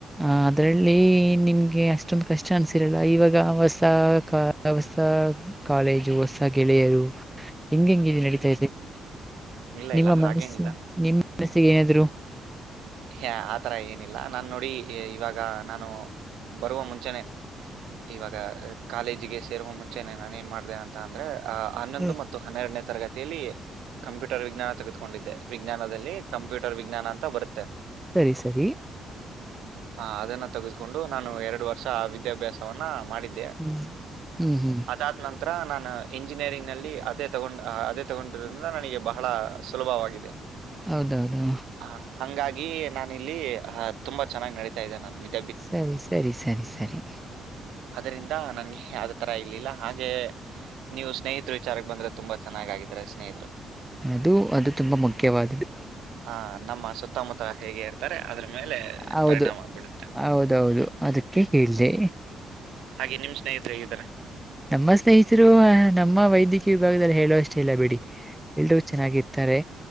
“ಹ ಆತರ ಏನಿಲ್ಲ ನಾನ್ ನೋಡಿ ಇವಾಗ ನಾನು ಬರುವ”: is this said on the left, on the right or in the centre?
Right